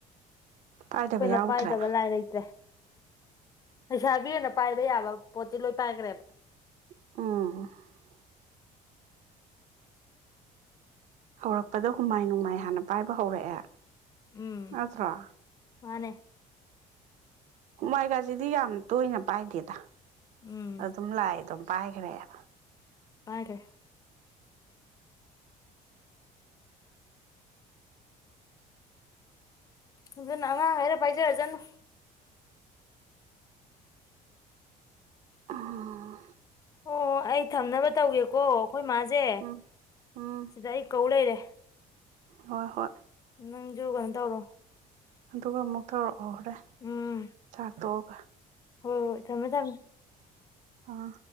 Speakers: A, on the right; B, on the left.
A: ꯄꯥꯏꯗꯕ
B: ꯑꯩꯈꯣꯏꯅ
A: ꯌꯥꯎꯗ꯭ꯔꯦ
B: ꯄꯥꯏꯗꯕ ꯂꯥꯏ ꯂꯩꯇ꯭ꯔꯦ ꯂꯩꯩꯁꯥꯕꯤ ꯑꯣꯏꯅ ꯄꯥꯏꯕ ꯌꯥꯕ ꯄꯣꯠꯇꯤ ꯂꯣꯏ ꯄꯥꯏꯈ꯭ꯔꯦꯕ
A: ꯎꯟ ꯍꯧꯔꯛꯄꯗ ꯍꯨꯃꯥꯏ ꯅꯨꯡꯃꯥꯏ ꯍꯥꯟꯅ ꯄꯥꯏꯕ ꯍꯧꯔꯛꯑꯦ
B: ꯎꯝ
A: ꯅꯠꯇꯔꯥ
B: ꯃꯥꯅꯦ
A: ꯍꯨꯃꯥꯏꯒꯥꯁꯤꯗꯤ ꯌꯥꯝ ꯇꯣꯏꯅ ꯄꯥꯏꯗꯦꯗ
B: ꯎꯝ
A: ꯑꯗꯨꯝ ꯂꯥꯏ ꯑꯗꯨꯝ ꯄꯥꯏꯈ꯭ꯔꯦꯕꯥ
B: ꯄꯥꯏꯒꯔꯦ ꯑꯘꯨꯅ ꯑꯉꯥꯡ ꯉꯩꯅ ꯄꯥꯏꯖꯔꯥꯁꯥꯅꯨ
A: ꯑꯥ
B: ꯑꯣ ꯑꯩ ꯊꯝꯅꯕ ꯇꯧꯒꯦꯀꯣ ꯑꯩꯈꯣꯏ ꯃꯥꯁꯦ
A: ꯎꯝ ꯎꯝ
B: ꯁꯤꯗ ꯑꯩ ꯀꯧ ꯂꯩꯔꯦ
A: ꯍꯣꯏ ꯍꯣꯏ
B: ꯅꯪꯁꯨꯨ ꯀꯩꯅꯣ ꯇꯧꯔꯣ
A: ꯑꯗꯨꯒ ꯑꯃꯨꯛ ꯇꯧꯔꯛꯑꯣ ꯍꯣꯔꯦ
B: ꯎꯝ
A: ꯆꯥꯛ ꯘꯣꯒ
B: ꯍꯣꯏ ꯍꯣꯏ ꯊꯝꯃꯦ ꯊꯝꯃꯦ
A: ꯑꯥ